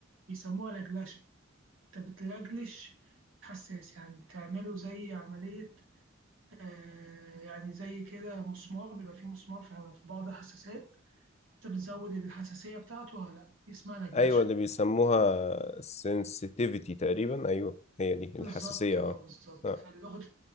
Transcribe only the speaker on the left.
ايوه اللي بيسموها sensitivity تقريبا ايوه هي دي
الحساسيه
اه
اه